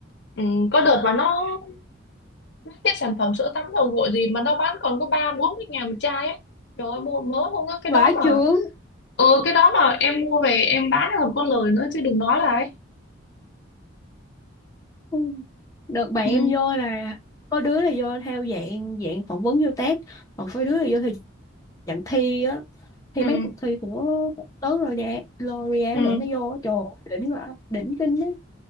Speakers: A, on the left (about 60°); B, on the left (about 15°).
A: ừ. có đợt mà nó mấy cái sản phẩm sữa tắm dầu gội gì mà nó bán còn có ba bốn mươi ngàn một chai ấy trời ơi mua mới mua cái cái
B: vãi
A: đó mà
B: chưởng
A: ừ cái đó mà em mua về em bán còn có lời nữa chứ đừng nói là ấy
B: Ui, đợt bạn
A: ừ
B: em vô là có đứa là vô theo dạng dạng phỏng vấn vô test còn có đứa là vô theo dạng thi á thi
A: ừ
B: mấy cuộc thi của tớ rồi L'Oreal
A: ừ
B: để nó vô trời ơi, đỉnh quá đỉnh kinh á